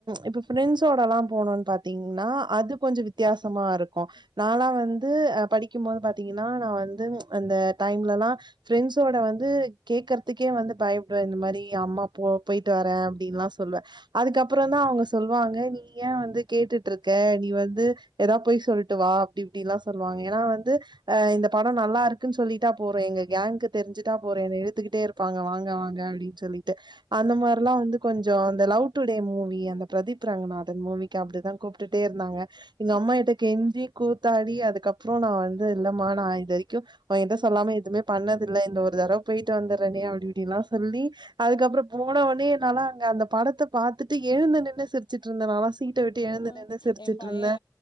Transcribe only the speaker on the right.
இப்ப ஃப்ரெண்ட்ஸோட எல்லா போணோன் பாத்தீங்கன்னா அது கொஞ்சோ வித்தியாசமா இருக்கு நாலா வந்து அ படிக்கும்போது பாத்தீங்கன்னா நா வந்து அந்த டைம்லல்லா ஃப்ரெண்ட்ஸோட வந்து கேக்குறதுக்கே வந்து பயப்படுவ இந்த மாரி அம்மா போ போயிட்டு வரே அப்டின்லா சொல்லுவ அதுக்கப்புறோ தா அவுங்க சொல்லுவாங்க நீ ஏ வந்து கேட்டுட்ருக்க நீ வந்து ஏதா போய் சொல்ட்டு வா அப்டி இப்டிலா சொல்லுவாங்க ஏனா வந்து அ இந்த படோ நல்லா இருக் குன் சொல்லிட்டா போறோ எங்க கேங்க்கு தெரிஞ்சுட்டா போறோ என்ன இழுத்துக்கிட்டே இருப்பாங்க வாங்க வாங்க அப்டின்னு சொல்லி ட்டு அந்த மாரிலா வந்து கொஞ்சோ அந்த லவ் டுடே மூவி அந்த பிரதீப் ரங்கநாதன் மூவி க்கு அப்டிதா கூப்ட்டுட்டே இருந்தாங்க எங்க அம்மா
கிட்ட கெஞ்சி கூத்தாடி அதுக்கப் றோ நா வந்து இல்லமா நா இது வரைக்கு ஒகிட்ட சொல்லாம எதுவுமே பண்ணதில்ல இந்த ஒரு தடவ போயிட்டு வந்தறனே அப்டி இப்டின்ல்லா சொல்லி அதுக்கப்புறோ போனொன்னே நாலா அங்க அந்த படத்த பாத்துட்டு எழுந்த நின்னு சிரிச்சுட்டு இருந்த நாலா சீட்ட விட்டு
எழுந்து
நின்னு சிரிச்சிட்டு
இருந்தே